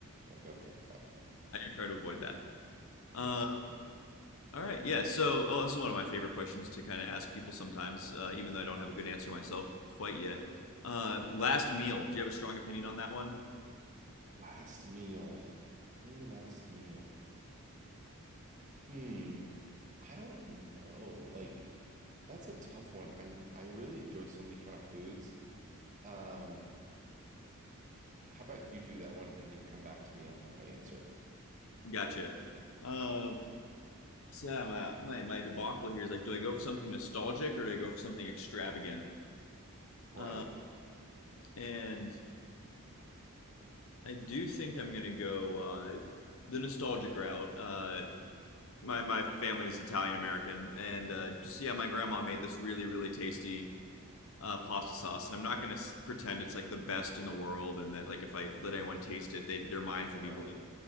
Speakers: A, on the right (about 35°); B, on the left (about 65°).
A: like, "Okay, fine."
B: I do try to avoid that.
A: Yes.
B: Uh, all right, yeah. So, oh, this is one of my favorite questions to kind of ask people sometimes, uh, even though I don't have a good answer myself quite yet. Uh, last meal. Do you have a strong opinion on that one?
A: Last meal. My very last meal. Hmm. I don't know. Like that's a tough one. I I really enjoy so many kind of foods. Um, how about you do that one and then come back to me and I'll have my answer.
B: Gotcha. Um, so yeah, my, my my debacle here is like, do I go for something nostalgic or do I go for something extravagant?
A: Right.
B: Uh, and I do think I'm gonna go uh, the nostalgic route. Uh, my my family is Italian American, and uh, just yeah, my grandma made this really really tasty uh, pasta sauce, and I'm not gonna pretend it's like the best in the world, and that like if I let anyone taste it, they their minds
A: Right.
B: would be blown.